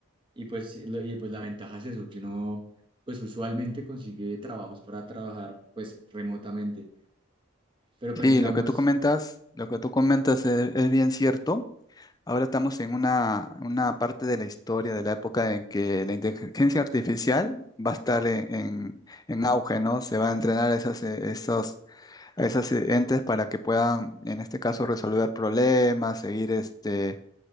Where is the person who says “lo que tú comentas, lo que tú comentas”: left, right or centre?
Left